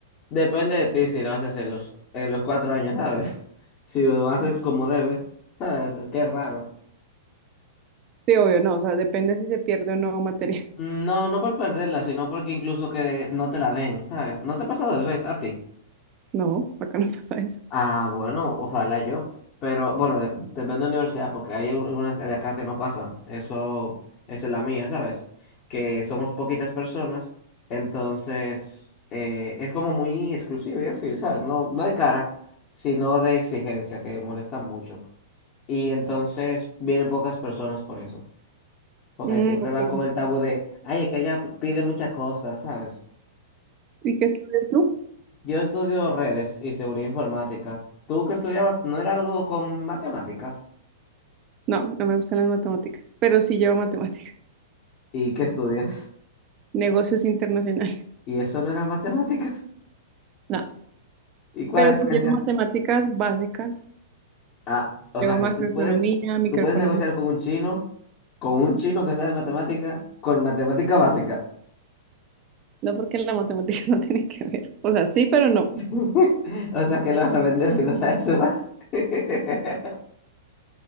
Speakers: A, on the left (about 35°); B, on the right (about 35°).
A: depende de ti si lo haces en los, en los cuatro años, ¿sabes? <laughs> Si lo haces como debes, ¿sabes? Qué raro.
B: Sí, obvio, no, o sea, depende si se pierde o no materia. <laughs>
A: No, no por perderla, sino porque incluso que no te la den, ¿sabes? ¿No te ha pasado eso a ti?
B: No, acá no pasa eso.
A: Ah, bueno, ojalá yo. Pero bueno, de- depende de la universidad, porque hay algunas de acá que no pasa. Eso, esa es la mía, ¿sabes? Que somos poquitas personas, entonces eh, es como muy exclusivo y así, ¿sabes? No, no de cara, sino de exigencia, que molesta mucho. Y entonces vienen pocas personas por eso, porque
B: Mm,
A: siempre
B: ok.
A: van con el tabú de, ay, es que ella pide muchas cosas, ¿sabes?
B: ¿Y qué estudias tú?
A: Yo estudio redes y seguridad informática. ¿Tú que estudiabas no era algo con matemáticas?
B: No, no me gustan las matemáticas, pero sí llevo matemáticas.
A: ¿Y qué estudias?
B: negocios internacionales. <laughs>
A: ¿Y eso no era matemáticas?
B: No,
A: ¿Y cuál
B: pero
A: es
B: sí
A: la
B: llevo
A: diferencia?
B: matemáticas básicas,
A: Ah, o
B: llevo
A: sea
B: macroeconomía,
A: que tú puedes,
B: microeconomía.
A: tú puedes negociar con un chino, con un chino que sabe matemática, con matemática básica.
B: No porque la matemática <laughs> no tiene que ver. O sea, sí, pero no.
A: <laughs> O sea que le vas a vender si no sabes sumar. <laughs>